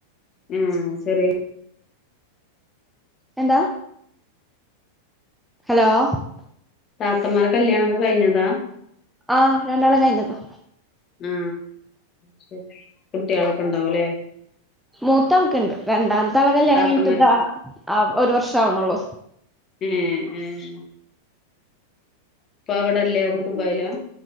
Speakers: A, on the left; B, in the centre.
A: ഹ്‌മ് ചെറിയ
B: എന്താ ഹലോ <inaudible>
A: താത്തമ്മാരെ കല്യാണൊക്കേ കഴിഞ്ഞതാ
B: ആഹ് രണ്ടാളെ കഴിഞ്ഞതാ
A: ആ ആ ശരിന്നാ കുട്ട്യളൊക്കെ ഇണ്ടാവുലെ.
B: മൂത്താൾക്ക്, രണ്ടാത്തെളാടെ കല്യാണ
A: താത്തമാര്
B: കഴിഞ്ഞട്ട് പ്‌റാആ ഒരു വർഷാവുണുളൂ
A: ഈഹ് ഇപ്പാ അവടെ ഇല്ലേ ദുബായിലാ